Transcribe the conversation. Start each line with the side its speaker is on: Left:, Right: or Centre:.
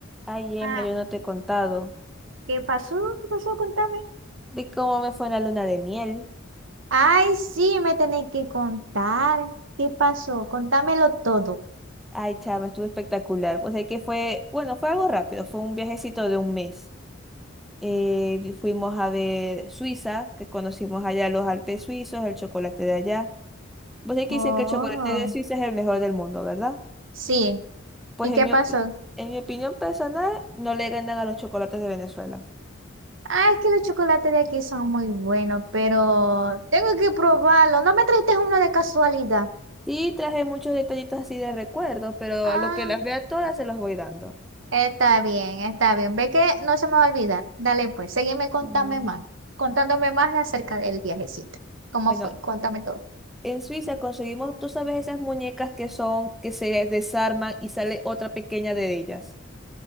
Centre: Ay, Emma,
Right: Ah,
Centre: yo no te he contado
Right: ¿qué pasó? ¿Qué pasó? Contame.
Centre: de cómo me fue en la luna de miel.
Right: Ay, sí, me tenéis que contar. ¿Qué pasó? Contámelo todo.
Centre: Ay, chama, estuvo espectacular. Pues es que fue, bueno, fue algo rápido, fue un viajecito de un mes. Eh, vi- fuimos a ver Suiza, que conocimos allá los Alpes suizos, el chocolate de allá. Pues es que
Right: Oh,
Centre: dicen que el chocolate de Suiza es el mejor del mundo, ¿verdad?
Right: Sí.
Centre: Pues
Right: ¿Y
Centre: en
Right: qué
Centre: mi
Right: pasó?
Centre: opi- en mi opinión personal, no le ganan a los chocolates de Venezuela.
Right: Ay, que los chocolates de aquí son muy buenos, pero tengo que probarlo. ¿No me trajiste uno de casualidad?
Centre: Sí, traje muchos detallitos así de recuerdo, pero
Right: Ah,
Centre: a lo que las vea todas se los voy dando.
Right: está bien, está bien. Ve que no se me va a olvidar. Dale, pues, seguime contame
Centre: Mm.
Right: más, contándome más acerca del viajecito. ¿Cómo
Centre: Bueno,
Right: fue? Cuéntame todo.
Centre: En Suiza conseguimos, tú sabes, esas muñecas que son, que se desarman y sale otra pequeña de ellas.